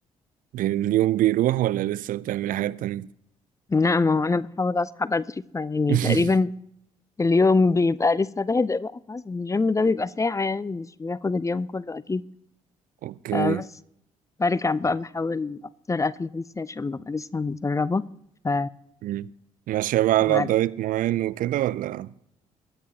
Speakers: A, on the right (about 55°); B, on the left (about 20°).
A: بي- اليوم بيروح ولا لسه بتعملي حاجات تانية؟
B: لا ما هو انا بحاول اصحى بدري فيعني
A: <laughs>
B: تقريبا اليوم بيبقى لسه بادئ بقى خلاص الجيم ده بيبقى ساعة يعني مش بياخد اليوم كله أكيد
A: اوكي
B: آه بس برجع بقى بحاول أفطر أكل هيلثي عشان ببقى لسه متدربة ف
A: مم. ماشية بقى على
B: بعد
A: دايت معين وكده ولا